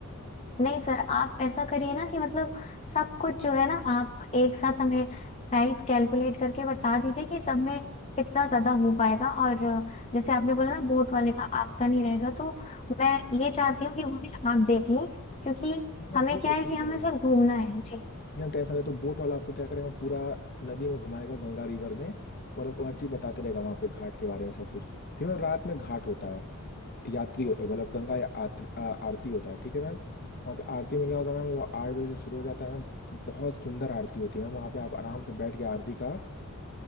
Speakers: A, on the left; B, on the left.
A: नहीं सर आप ऐसा करिए ना कि मतलब सब कुछ जो है ना आप एक साथ हमें प्राइस कैलकुलेट करके बता दीजिए कि सब में कितना ज्यादा हो पाएगा और अ, जैसे आपने बोला ना बोट वाले का आपका नहीं रहेगा तो मैं ये चाहती हूँ कि वो भी आप देख लें क्योंकि
B: ठीक है
A: हमें
B: मैम ठीक
A: क्या
B: है
A: है
B: ठीक
A: कि हमें
B: है
A: सिर्फ घूमना है जी
B: ये हम टेंशन है तो बोट वाला आपको क्या करेगा पूरा नदी में घुमाएगा गंगा रिवर में और आपको हर चीज बताते रहेगा वहां पे घाट के बारे में सब कुछ फिर मैम रात में घाट होता है यात्री मतलब गंगा या आत- आ- आरती होता है ठीक है मैम वहाँ पे आरती में क्या होगा मैम वो आठ बजे से शुरू हो जाता है मैम बहुत सुंदर आरती होती है मैम वहाँ पे आप आराम से बैठ के आरती का